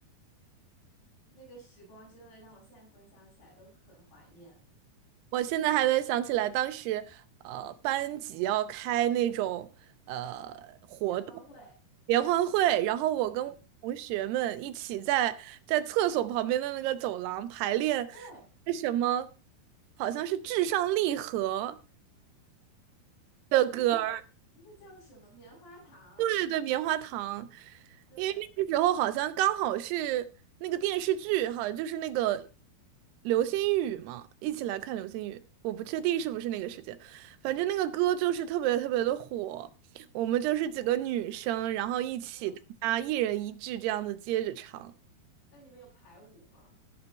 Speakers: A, on the left; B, on the right.
A: 那个时光真的让我现在回想起来都很怀念。
B: 我现在还能想起来，当时呃班级要开那种呃活动
A: 联欢会，
B: 联欢会，然后我跟我同学们一起在在厕所旁边的那个走廊排练
A: 嗯，对，
B: 那什么，好像是《至上励合》的歌。
A: 那个那个叫什么棉花糖，
B: 对对，棉花糖，
A: 对，
B: 因为那个时候好像刚好是那个电视剧，好像就是那个流星雨嘛，一起来看流星雨。我不确定是不是那个时间，反正那个歌就是特别特别的火。我们就是几个女生，然后一起大家一人一句这样子接着唱。
A: 嗯，那你们有排舞吗？